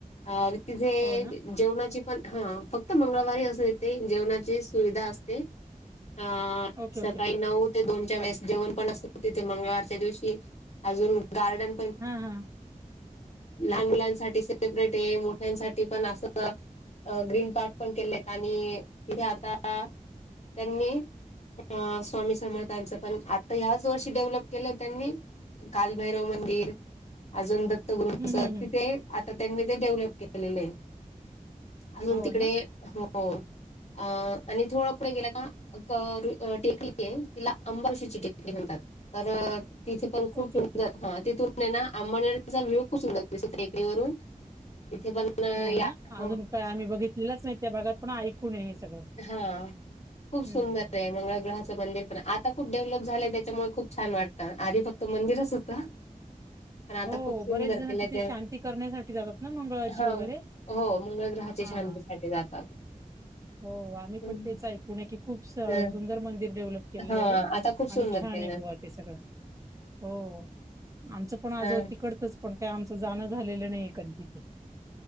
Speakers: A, on the left; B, on the right.
A: अ तिथे
B: हो ना?
A: जेवणाची पण हा फक्त मंगळवारी असं येते जेवणाची सुविधा असते अ
B: ओके,
A: सकाळी
B: ओके, ओके, ओके.
A: नऊ. ते दोनच्या वेळेस जेण पण असत तिथे मंगळवारच्या दिवशी अजून गार्डन.
B: हां, हां. हां.
A: लान मुलां सेरे मोठसाठी पण अस. अ ग्रीन पार्क पण केले आणि तिथे आता. त्यांनी अ स्वामी समर्थांचं पण आता ह्याच वर्षी डेव्हलप केलं त्यांनी. कालभैरव मंदिर. अजून दत्तग्रह
B: हं,
A: अस
B: हं, हं.
A: तिथे आता त्यांनी ते डेव्हलप केलेले आहे. अजून
B: हो
A: तिकडे
B: ना?
A: हो अ आणि थोडं पुढे गेलं का टेकडी आहे तिला अंबाशीची टेकडी म्हणतात. तर तिथे पण खूप
B: ओके,
A: सुंदर
B: ओके.
A: हा तिथून आंमडचा व्हू खूप सुंदर दिसते टेकडीवरून तिथे पण अ,
B: हो
A: या
B: ना अजून
A: हो.
B: काय आम्ही बघितलेलंच नाही त्या भागात पण ऐकूूनय हे सगळं.
A: हा खूप
B: हं.
A: सुंदर आहे मंगळ ग्रहाचं मंदिर. पण आता खूप डेव्हलप झालंय त्याच्यामुळे खूप छान वाटतं आधी फक्त मंदिरच होतं. पण आता
B: हो
A: खूप सुंदर
B: बरेच जण
A: केलंय
B: तिथे
A: ते
B: शांती करण्यासाठी जातात ना मंगळाची
A: हां.
B: वगैरे.
A: हो मंगळ ग्रहाची
B: हां.
A: शांतीसाठीठी जातात.
B: हो आम्ही
A: हं,
B: पण तेच ऐकूूनय की खूप सुंदर
A: हं.
B: मंदिर डेव्हलप केलेलं
A: हां,
B: आहे
A: आता खूप सुंदर
B: आणि छान
A: केलं.
B: आहे बोवा ते सगळं हो आमचं पण आजो
A: हं.
B: तिकडतच. पण काय आमचं जाणं झालेलं नाही आहे कधी तिथं.